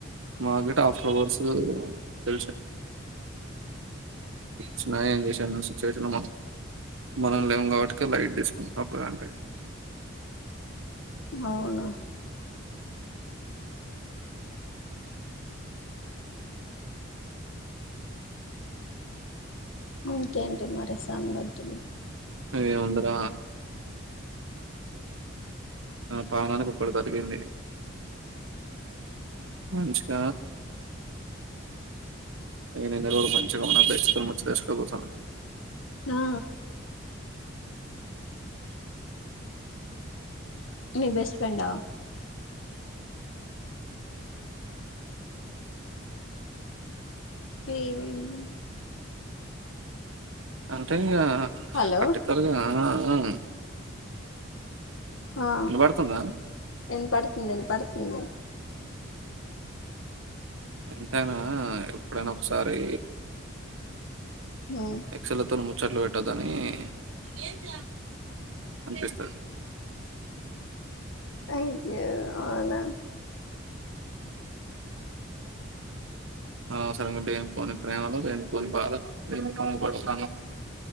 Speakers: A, on the right; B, on the left.
A: మాకు గిట్ట ఆఫీస్ లో హవర్స్ తె చ్చిన ఏం చేసాను సిచువేషన్ మనం లేం గాబట్టి లైట్ తీసు అప్పు కంటే
B: అవునా ఇంకేంటి మరి సంగతులు
A: ఏముందిరా ఆ పానానికి ఇక్కడు దరికింది మంచిగ నేనున్న రోజులు మంచిగా ఉన్న ఫ్రెండ్స్ తో ముచ్చటసి కూర్చున్న
B: తా నీ బెస్ట్ ఫ్రెండా అ వెంది
A: అంటే ఇగ
B: హలో
A: పట్టికల్గా ఆ
B: ఆ
A: ఇనబడుతుందా?
B: ఎం పడుతుందం పడుతుంది
A: ఎంతైనా ఎప్పుడైనా ఒకసారి
B: ఉ
A: ఎక్స్ లో తో పోత ముచ్చట్లు పెట్టదని ఏందా అనిపిస్తుంది
B: అయ్యో అవున
A: అనవసరంగా లేని పోనీ ప్రేమలు లేని పోనీ బాధ నేను పోని పడతా